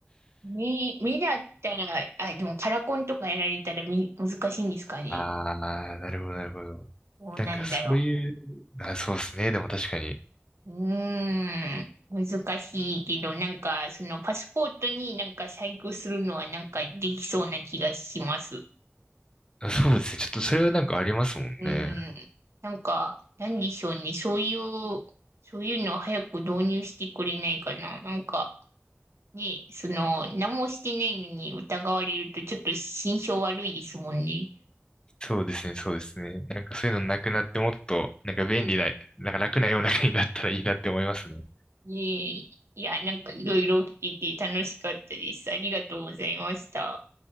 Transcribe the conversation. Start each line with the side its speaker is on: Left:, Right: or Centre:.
Right: 目、目だったら、あ、でもカラコンとかやられたらみ、難しいんですかね。
Left: ああ、なるほど、なるほど。
Right: どうなんだろ
Left: なんかそういう、あ、そうですね。でも確かに。
Right: う。うーん。難しいけど、なんか、そのパスポートになんか細工するのはなんかできそうな気がします。
Left: あそうですね。ちょっとそれはなんかありますもんね。
Right: うん。なんか、なんでしょうね。そういう、そういうのを早く導入してくれないかな。なんか、ね、その、何もしてないのに疑われるとちょっと心象悪いですもんね。
Left: そうですね、そうですね。なんかそういうのなくなってもっと、なんか便利な、
Right: うん。
Left: なんか楽な世の中になったらいいなって思いますね。
Right: ねえ、いや、なんかいろいろ聞いて楽しかったです。ありがとうございました。